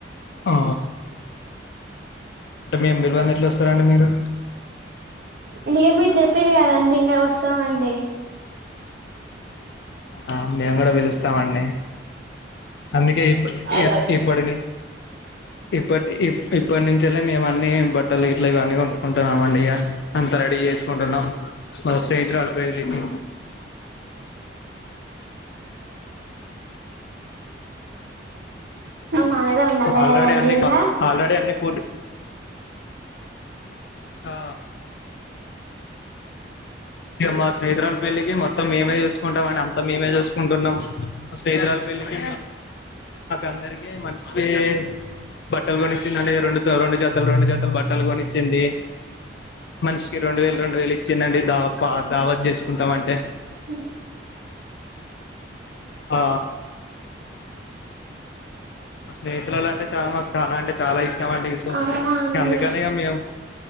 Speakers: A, on the left; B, on the right.
A: ఆ అంటే మేం పిలవందే ఎట్లా వస్తారండీ మీరు
B: ఇంక మీరు చెప్పిర్రు కదండి ఇంకా వస్తామండి
A: ఆ మేము కూడా పిలుస్తామండి అందుకే ఇప్పు
B: ఆహా
A: ఇప్పటి ఇప్పటి ఇప్పటి నుంచే మేము అన్ని బట్టలు ఇట్ల ఇవన్న కొను కుంటున్నాం అండి ఇక అంత రెడీ చేసుకుంటున్నాం మన స్నేహితురాలు పెళ్లికి
B: మనదే ఉండాలి
A: ఆల్రెడీ
B: కదండి
A: అన్ని
B: ఇంకా
A: ఆల్రెడీ అన్ని ప ఆ ఇక మా స్నేహితురాలి పెళ్లికి మొత్తం మేమె చూసుకుంటుంది కుంటాం అండి అంతా మేమే చసుకుంటున్నాం స్నేహితురాలు పెళ్లికి అందరికి మనిషికి బట్టలు కొనిచ్చింది అ రెండు రెండు జాతలు రెండు జాతాలు బట్టలు కొనిచ్చింది మనిషికిి రెండు వేలు రెండు వేలు ఇచ్చిందండి దా దావత్ చేసుకుందామంటే
B: అ
A: ఆ స్నేహితురలా అంటే చాలా మాకు చాలా అంటే చాలా ఇష్టం అండి సో
B: అవునా అండి
A: అందుకని మేము